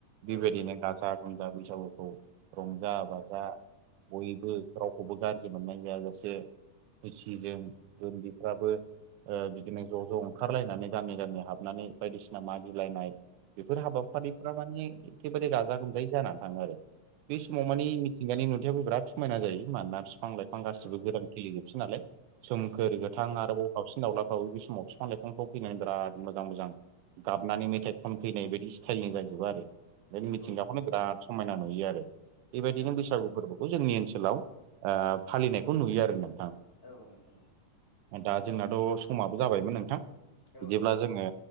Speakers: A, on the right; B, on the left.
A: बिबायदि
B: औ नोंथां औ नोंथां
A: ने गाजा गोमजा बैसागुखौ रंजा बाजा बयबो रावखौबो गाज्रि मोननाय जायाजासे खुसिजों उनदैफ्राबो बिदिनो ज' ज' ओंखारलायनानै गामि गामि हाबनानै बायदिसिना मागिलायनाय बेफोर हाबाफारिफ्रा माने एखेबारे गाजा गोमजायै जानानै थाङो आरो। बे समाव
B: औ
A: मानिे
B: नोंथां
A: मिथिंगानि नुथायाबो बिराद समायना जायो माोना बिफां लाइ बिफां गासिबो
B: औ नोंथां
A: गोदान खेललिजोबसै नालाय सोमखोर गोथां
B: नंगौ नोंथां
A: आरोबाव गावसि सििन दावलाफ्राव बे समाव बिफां लाइफांफ्राव फैनानै बिराद मोजां मोजां गाबनानै मेथाइ खनफैनाय बदि स्टाइलनि जाजजोबो आरो। ओंखायनो
B: नंगौ
A: मिथिंगाखौनो
B: नोंथां नंगौ
A: बिराद समायना नुयो आरो बेबायदिनो
B: औ
A: बैसागु फोरबो जोंनि ओनसोलाव फालिनायखौ नुयो आरो नोंथां
B: औ नोंथां औ
A: दा जोंनाथ' समाबो जाबायमोन नोंथां बिदिब्ला
B: औ नोंथां नंगौ
A: जोङो